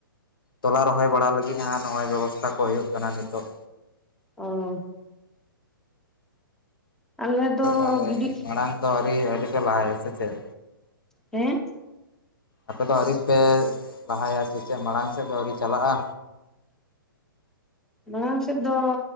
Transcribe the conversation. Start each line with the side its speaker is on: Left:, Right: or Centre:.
Left: ᱛᱚᱞᱟ ᱨᱚᱦᱚᱭ ᱵᱟᱲᱟ ᱞᱟᱹᱜᱤᱫ ᱦᱟᱜ ᱱᱚᱜᱼᱚᱭ ᱵᱮᱵᱚᱥᱛᱟ ᱠᱚ ᱦᱩᱭᱩᱜ ᱠᱟᱱᱟ ᱱᱤᱛᱚᱜ
Centre: ᱚ ᱟᱞᱮ
Left: ᱟᱯᱮ ᱫᱚ ᱛᱟᱦᱚᱞᱮ
Centre: ᱜᱤᱰᱤ
Left: ᱢᱟᱲᱟᱝ ᱫᱚ ᱟᱹᱣᱨᱤ ᱟᱹᱰᱤ ᱯᱮ ᱞᱟᱦᱟᱭᱟ ᱥᱮ ᱪᱮᱫ
Centre: ᱦᱮᱸ
Left: ᱟᱯᱮᱫᱚ ᱟᱹᱣᱨᱤᱯᱮ ᱞᱟᱦᱟᱭᱟ ᱥᱮ ᱪᱮᱫ ᱢᱟᱲᱟᱝ ᱥᱮᱫ ᱫᱚ ᱟᱹᱣᱨᱤ ᱪᱟᱞᱟᱜᱼᱟ
Centre: ᱢᱟᱲᱟᱝ ᱥᱮᱫ ᱫᱚ